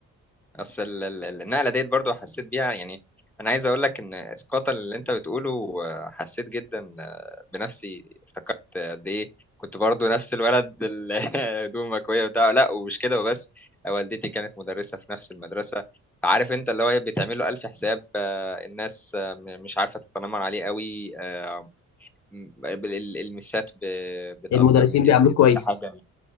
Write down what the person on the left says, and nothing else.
المدرسين
بيعاملوك كويس